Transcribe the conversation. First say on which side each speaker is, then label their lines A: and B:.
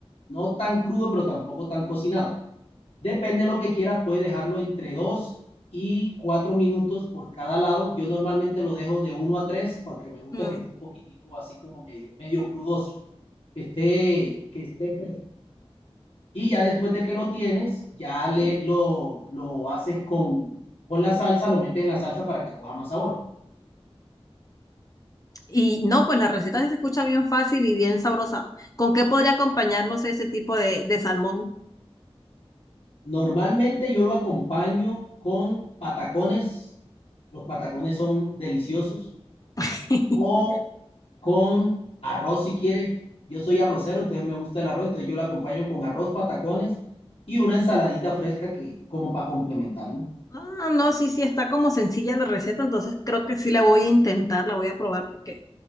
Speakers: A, on the left (about 70°); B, on the left (about 35°).
A: no tan crudo, pero tampoco tan cocinado. Depende de lo que quieras, puedes dejarlo entre dos y cuatro minutos por cada lado. Yo normalmente lo dejo de uno a tres porque me gusta
B: Mm.
A: que esté un poquitico así como medio, medio crudoso, que esté, que esté fresco. Y ya después de que lo tienes, ya le, lo, lo haces con, con la salsa, lo metes en la salsa para que coja más sabor.
B: Y no, pues la receta sí se escucha bien fácil y bien sabrosa. ¿Con qué podría acompañarnos ese tipo de, de salmón?
A: Normalmente yo lo acompaño con patacones, los patacones son deliciosos,
B: <laughs>
A: o con arroz si quieres. Yo soy arrocero, entonces me gusta el arroz, entonces yo lo acompaño con arroz, patacones y una ensaladita fresca que como para complementarlo.
B: Ah, no, sí, sí, está como sencilla la receta, entonces creo que sí la voy a intentar, la voy a probar porque